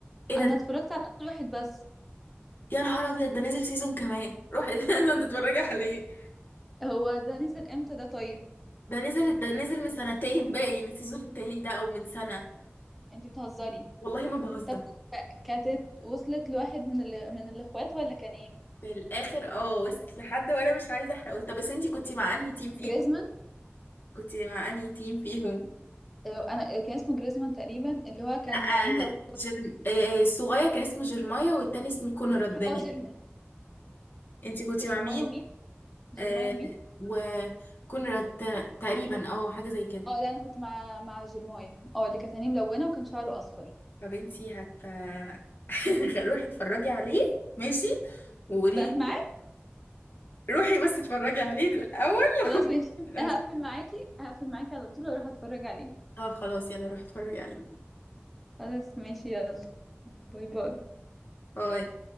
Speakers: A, on the left; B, in the centre.
A: ايه ده
B: انا اتفرجت على اول واحد بس
A: يا نهار ابيض ده نزل سيزون كمان روحي <laughs> لازم تتفرجي عليه
B: هو ده نزل امتى ده طيب
A: ده نزل ده نزل من سنتين باين السيزون التاني ده او من سنة
B: انتي بتهزري
A: والله ما بهزر
B: طب ك- كانت وصلت لواحد من ال... من الاخوات ولا كان ايه
A: في الاخر اه وصلت لحد وانا مش عايزه احرق طب بس انتي كنتي مع انهي تيم فيه
B: جريزمان
A: كنتي مع انهي تيم فيهم
B: آه، انا آه، كان اسمه جريزمان تقريبا اللي هو كان
A: لا آه،
B: نعيم لون
A: جرم... آه، آه، الصغير كان اسمه جيرمايا والتاني اسمه كونراد باين
B: اه جيرم...
A: انتي كنتي
B: جيرمايا
A: مع مين
B: ومين جيرمايا
A: آه،
B: ومين
A: وكونراد تقريبا اه حاجه زي كده
B: اه لا انا كنت مع مع جيرمايا اه اللي كانت عينيه ملونه وكان شعره اصفر
A: طب انتي هت <laughs> روحي اتفرجي عليه ماشي وقولي
B: بقت
A: لي
B: معاه
A: <laughs> روحي بس اتفرجي عليه الاول
B: خلاص ماشي
A: <laughs>
B: هقفل معاكي هقفل معاكي على طول واروح اتفرج عليه
A: طب خلاص يلا روحي اتفرجي عليه
B: خلاص ماشي يلا باي باي
A: باي